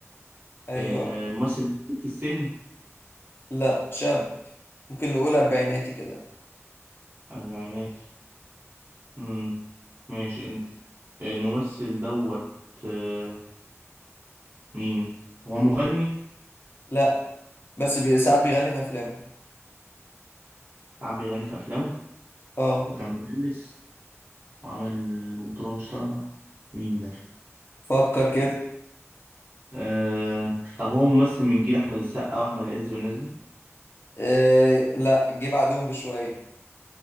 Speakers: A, on the left; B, on the right.
A: ايوه
B: آه ممثل في السن
A: لا شاب ممكن نقول اربعيناتي كده
B: أربعيناتي امم ماشي ال- الممثل دوت آه، مين هو مغني
A: لا بس بي... ساعات بيغني في افلامه
B: ساعات بيغني في افلامه
A: اه
B: وكان مهندس وعمل بطولة مشتركة مين ده
A: فكر كده
B: آه... طب هو ممثل من جيل احمد السقا واحمد عز والناس دي
A: آه لا جه بعدهم بشوية